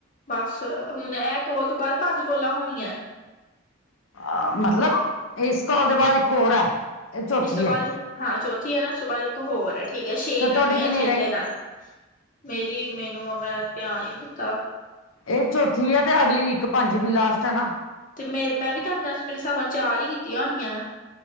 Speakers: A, on the left; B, on the left.
A: ਬਸ ਹੁਣ ਇਹ ਕੋਲ ਤੋਂ, ਬਾਅਦ ਪੰਜ ਕੋਲਾਂ ਹੋਣੀਆਂ
B: ਅ ਮਤਲਬ ਇਸ ਕਾਲ ਦੇ, ਬਾਅਦ ਇੱਕ ਹੋਰ ਹੈ ਇਹ ਚੌਥੀ
A: ਇਸ ਤੋਂ ਬਾਅਦ
B: ਹੈ
A: ਹਾਂ ਚੌਥੀ ਹੈ ਨਾ ਉਸ ਤੋਂ ਬਾਅਦ ਇੱਕ ਹੋਰ ਹੈ। ਠੀਕ ਹੈ ਛੇ,
B: ਤੇ ਤੁਹਾਡੀ
A: ਕਰਨੀ ਆ
B: ਕਿੰਨੀ
A: ਚੇਤੇ
B: ਰਹਿ ਗਈ
A: ਨਾਲ ਮੇਰੀ ਮੈਨੂੰ ਆ ਮੈਂ, ਧਿਆਨ ਹੀ ਤਾਂ
B: ਇਹ ਚੌਥੀ ਹੈ ਤੇ, ਅਗਲੀ ਇੱਕ ਪੰਜਵੀਂ ਲਾਸਟ ਹੈ ਨਾ।
A: ਤੇ ਮੇ ਮੈਂ ਵੀ ਤੁਹਾਡੇ ਨਾਲ ਮੇਰੇ ਹਿਸਾਬ ਨਾਲ ਚਾਰ ਈ ਕੀਤੀਆਂ ਹੋਣੀਆਂ।